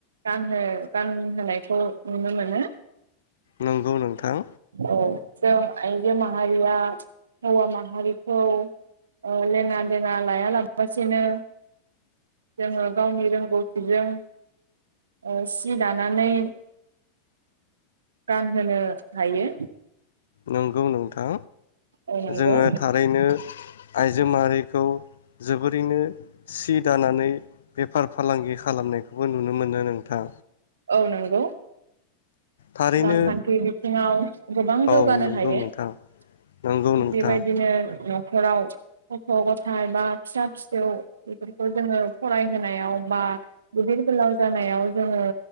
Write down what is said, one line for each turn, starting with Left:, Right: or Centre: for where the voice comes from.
Right: गानहो गानहोनायखौ नुनो मोनो।
Left: नंगौ नोंथां।
Right: औ जों आइजो माहारिया हौवा माहारिखौ ओ लेना देना लायालासेनो जोङो गावनि रोंगौथिजों ओ सि दानानै गानहोनो हायो।
Left: नंगौ नोंथां
Right: औ नंगौ
Left: जोङो थारैनो आइजो माहारिखौ जोबोरैनो सि दानानै बेफार फालांगि खालामनायखौबो नुनो मोनो नोंथां।
Right: औ नंगौ।
Left: थारैनो
Right: रांखान्थि बिथ थिङाव गोबां
Left: औ
Right: जौगानो
Left: नंगौ
Right: हायो
Left: नोंथां
Right: थिग
Left: नंगौ नोंथां
Right: बेबायदिनो न'खराव गथ' गथाय बा फिसा फिसौ बेफोरखौ जोङो फरायहोनायाव बा गिदिर गोलाव जानायाव जोङो